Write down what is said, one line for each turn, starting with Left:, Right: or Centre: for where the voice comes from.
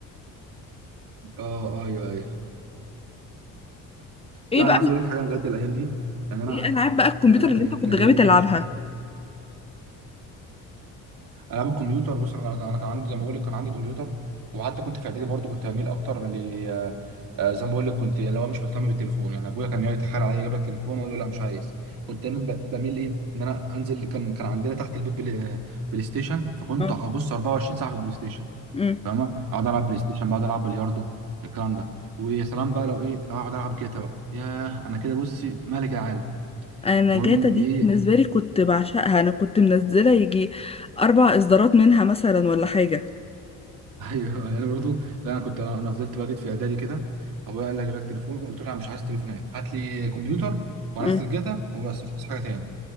Right: اه ايوه ايوه
Left: ايه
Right: لا
Left: بقى
Right: انا عايز اقول لك حاجه بجد الايام دي يعني انا
Left: ايه العاب بقى الكمبيوتر
Right: انا
Left: اللي
Right: الأي-
Left: انت كنت
Right: الايام
Left: غاوي تلعبها
Right: دي مش العاب الكمبيوتر بص انا أنا كان عندي زي ما بقول لك كان عندي كمبيوتر وحتى كنت في اعدادي برضو كنت بميل اكتر ل آه، آه، زي ما بقول لك كنت اللي هو مش مهتم بالتليفون يعني ابويا كان يقعد يتحايل عليا اجيب لك تليفون اقول له لا مش عايز كنت دايما ب- بميل ايه ان انا انزل كان كان عندنا تحت البيت بلاي, آه، بلاي ستيشن فكنت
Left: اه
Right: هبص 24 ساعه في البلاي ستيشن
Left: امم
Right: فاهمه اقعد العب بلاي ستيشن بقعد العب بلياردو الكلام ده ويا سلام بقى لو ايه لو اقعد العب جاتا بقى ياه انا كده بصي ملك العالم
Left: انا
Right: المهم
Left: جاتا دي
Right: ايه
Left: بالنسبه لي كنت بعشقها انا كنت منزله يجي اربع اصدارات منها مثلا ولا حاجه
Right: <laughs> ايوه انا برضو لا انا كنت انا فضلت بقى جيت في اعدادي كده ابويا قال لي اجيب لك تليفون قلت له انا مش عايز تليفونات هات لي كمبيوتر وانزل
Left: امم
Right: جاتا وبس مش عايز حاجه تاني